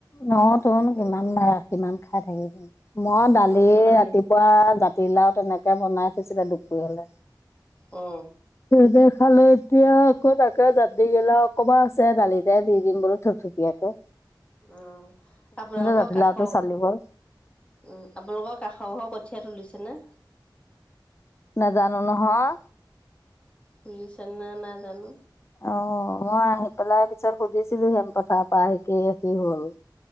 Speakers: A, on the left; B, on the left.
A: ন তুন
B: কিবা
A: কিমান
B: কিবি
A: ভড়া কিমান খাই থাকিবি মই দালিয়ে
B: অ তাৰপৰা তেনেকে
A: ৰাতিপুৱা জাতি তি লাও তেনেকে বনাই থৈছিলে দুপৰীয়া লে
B: অ
A: সেইটোৱে খালো এতিয়া আকৌ তাকে জাতি গিলাও অকমান আছে দালিতে দি দিম বোৰো থো থো ইয়াকে
B: অ আপোনালোকৰ
A: জাতিলাওটো
B: কাষৰ
A: চালি গ'ল
B: উম আপোনালোকৰ কাষৰ ঘৰ কঠীয়া তুলিছেনে
A: নাজানো নহয়
B: তুলিছে নে নাই নাজানো
A: অ মই আহি পেলাই পিছত সুধিছিলো হেম পথাৰ পৰা আহি কিহে কি হ'ল